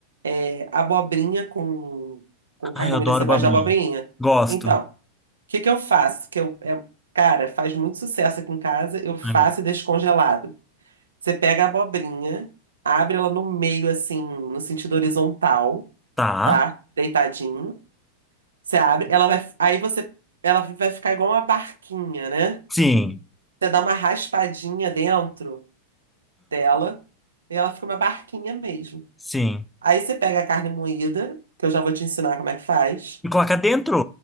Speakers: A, on the right (about 70°); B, in the centre.
A: É, abobrinha com, com carne
B: Ai, eu
A: moída.
B: adoro
A: Você
B: babrinha.
A: gosta de abobrinha?
B: Gosto.
A: Então, o que que eu faço? Que eu, é- cara, faz muito sucesso aqui em casa. Eu faço
B: Ai, meu Deus.
A: e deixo congelado. Você pega a abobrinha, abre ela no meio, assim, no sentido horizontal,
B: Tá.
A: tá? Deitadinho. Você abre, ela vai, aí você, ela vai ficar igual uma barquinha, né?
B: Sim.
A: Você dá uma raspadinha dentro dela E ela fica uma barquinha mesmo.
B: Sim.
A: Aí você pega a carne moída, que eu já vou te ensinar como é que faz,
B: E coloca dentro?